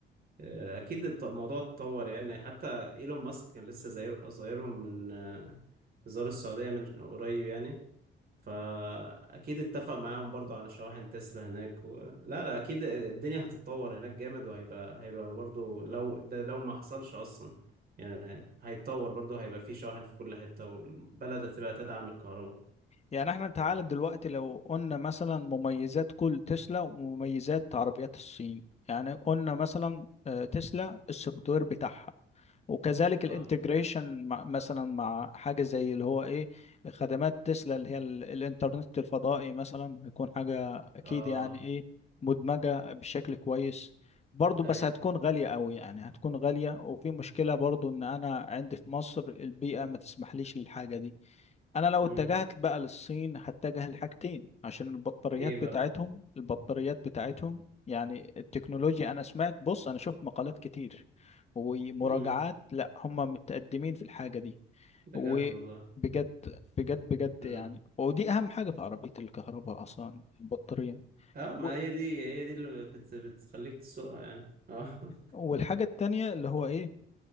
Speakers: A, on the right; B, on the left.
A: آه، اكيد الت- الموضوع اتطور يعني حتى ايلون ماسك كان لسه زاير زايرهم من آه، زار السعوديه من قريب يعني فاكيد اتفق معاهم برضو على شواحن تسلا هناك و... لا لا اكيد الدنيا هتتطور هناك جامد وهيبقى هيبقى برضو لو ده لو ما حصلش اصلا يعني هيتطور برضو هيبقى في شواحن في كل حته والبلد هتبقى تدعم الكهرباء
B: يعني احنا تعالى دلوقتي لو قلنا مثلا مميزات كل تسلا ومميزات عربيات الصين يعني قلنا مثلا آه، تسلا السوفت وير بتاعها وكذلك
A: اه
B: الانتجريشن مع مثلا مع حاجة زي اللي هو ايه خدمات تسلا اللي هي ال- الانترنت الفضائي مثلا هيكون حاجة اكيد
A: اه
B: يعني ايه مدمجة بشكل كويس برضه
A: ايوه
B: بس هتكون غالية قوي يعني هتكون غالية وفي مشكلة برضه ان انا عندي في مصر البيئة ما تسمحليش للحاجة دي انا لو
A: امم
B: اتجهت بقى للصين هتجه لحاجتين عشان البطاريات
A: ايه بقى
B: بتاعتهم البطاريات بتاعتهم يعني التكنولوجيا انا سمعت بص انا شفت مقالات كتير ومراجعات
A: امم
B: لا هم متقدمين في الحاجة دي
A: بجد
B: وبجد
A: والله
B: بجد بجد
A: مم.
B: يعني ودي اهم حاجة في عربية الكهرباء اصلا البطارية
A: اه ما
B: و-
A: هي دي هي دي اللي بت بتخليك تسوقها يعني اه <laughs>
B: والحاجة التانية اللي هو ايه